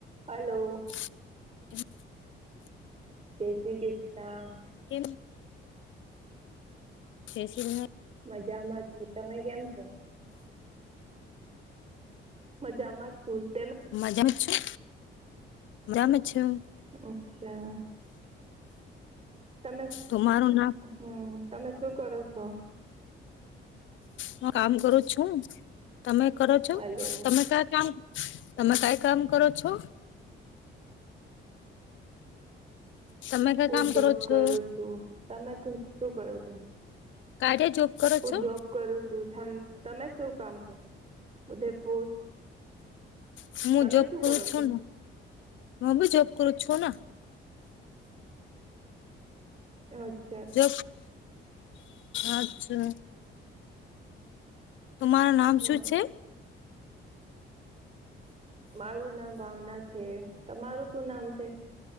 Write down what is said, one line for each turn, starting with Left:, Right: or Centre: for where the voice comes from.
Right: હાલો.
Left: હ <inaudible>
Right: જે શ્રી કિષ્ના.
Left: કેમ? કેસીવને. <unintelligible>
Right: મજામાં છું, તમે કેમ છો? મજામાં છું જ.
Left: મજામાં છું, મજામાં છું?
Right: અચ્છા. તમે
Left: તો મારું ના
Right: હું તમે શું કરો છો?
Left: હું કામ કરું છું, તમે કરો છો,
Right: હલો
Left: તમે ક્યાં કામ તમે કંઈ કામ કરો છો? તમે કઈ
Right: હું
Left: કામ
Right: જોબ
Left: કરો છો
Right: કરું છું, તમે શું કરો છો?
Left: કારકે જોબ કરો?
Right: હું
Left: છો
Right: જોબ કરું છું, તમે શું કામ કરે? ઉદયપુર.
Left: હું
Right: તમે
Left: જબ
Right: શું
Left: કરું
Right: કરો
Left: છું,
Right: છો
Left: નેહું ભી જબ કરું છું.
Right: અ <unintelligible>
Left: જો અચ્છા. તમારું નામ
Right: હ
Left: શું છે?
Right: મારું નામ ભાવના છે, તમારું શું નામ છે?